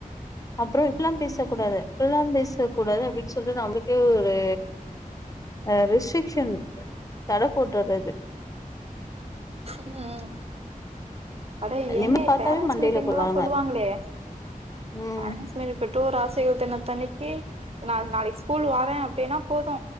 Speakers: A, on the left (about 25°); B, on the right (about 45°).
A: அப்றோ இப்பில்லா பேசக்கூடாது
B: ம்
A: இப்பில்லா பேசக்கூடாது அப்டின்னு சொ சொல்ட்டு நம்ளுக்கே ஒரு அ ரிஸ்ட்ரிக்ஷன் தட போடுறது அது
B: ம் அட ஏங்க
A: நிம்மி பாத்தாவே
B: பேரண்ட்ஸ்
A: மண்டையில
B: மீட்டிங்லா
A: போடுவாங்க
B: சொல்லுவாங்களே
A: ம்
B: பேரண்ட்ஸ் மீ பெற்றோர் ஆசிரியர் தெனத்தன்னிக்கு நாள் நாளைக்கு ஸ்கூல் வரே அப்டின்னா போது